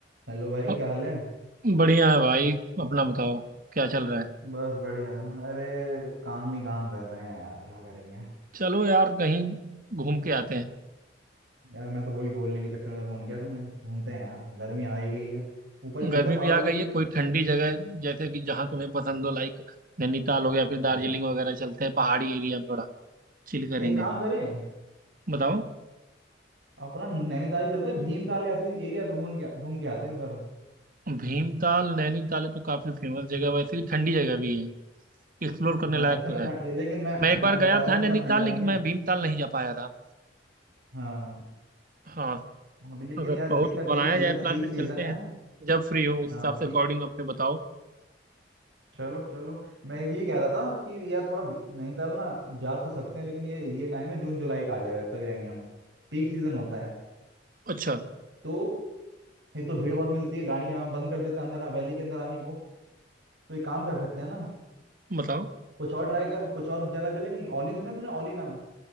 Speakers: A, on the right; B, on the right.
A: Hello भाई
B: अ-
A: क्या हाल है
B: बढ़िया है भाई अपना बताओ क्या चल रहा है
A: बस बढ़िया अरे काम ही काम कर रहे हैं यार क्या करेंगे
B: चलो यार कहीं घूम के आते हैं
A: यार मैं तो वही बोलने के चक्कर में फोन किया तुम्हें घूमते हैं यार गर्मी आ ही गई है ऊपर ही चलते
B: गर्मी
A: हैं पहाड़ों
B: भी आ गई
A: पे कहीं
B: है
A: पे
B: कोई ठंडी जगह जैसे कि जहाँ तुम्हें पसंद हो लाइक नैनीताल हो गया फिर
A: हम्म,
B: दार्जिलिंग वगैरह चलते हैं पहाड़ी एरिया में थोड़ा चिल करेंगे
A: एक काम करें
B: बताओ
A: अपना नैनीताल ही चलते हैं भीमताल ऐसी एरिया ढूंढ के घूम के आते हैं इस बार
B: भीमताल नैनीताल तो काफी फेमस जगह है, वैसे भी ठंडी जगह भी है एक्सप्लोर करने
A: हाँ
B: लायक
A: इतना
B: तो
A: ठंड
B: है
A: लेकिन मैं
B: मैं एक बार
A: मैं बता
B: गया
A: दे
B: था
A: रहा
B: नैनीताल
A: हूँ इतना ठंडा
B: लेकिन
A: नहीं है
B: मैं भीमताल नहीं जा पाया था
A: हाँ
B: हाँ
A: अभी लेकिन
B: अगर
A: यार
B: कहो
A: दिक्कत
B: तो बनाया
A: ये है, सीजन
B: जाए प्लान
A: पीक
B: फिर
A: सीजन
B: चलते हैं
A: है
B: जब फ्री हो उस
A: हाँ
B: हिसाब से
A: पीक
B: अकॉर्डिंग अपने बताओ
A: चलो चलो मैं एक ये कह रहा था कि यार थोड़ा बी- नैनीताल ना जा तो सकते हैं लेकिन ये ये टाइम है जून जुलाई का आ जाएगा तब तक जाएंगे हम पीक सीजन होता है
B: अच्छा
A: तो एक तो भीड़ बहुत मिलती है गाड़ियां बंद कर देते हैं अंदर वैली के अंदर आने को तो एक काम कर सकते हैं ना
B: बताओ
A: कुछ और ट्राई कर कुछ और जगह चलेंगे ओली सुना तुमने ओली नाम